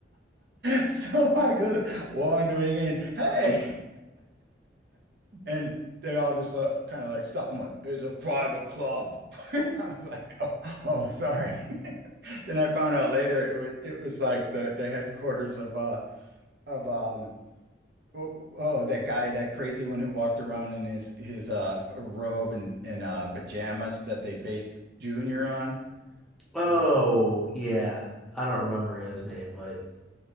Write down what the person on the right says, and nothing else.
So I go wandering in, "Hey, And they all just like, kind of like stopped and went, it's a private club. <laughs> I was like, oh, oh, sorry. <laughs> Then I found out later it was it was like the the headquarters of uh of um oh, oh that guy that crazy one who walked around in his his uh robe and and uh pajamas that they based Junior on.
Um,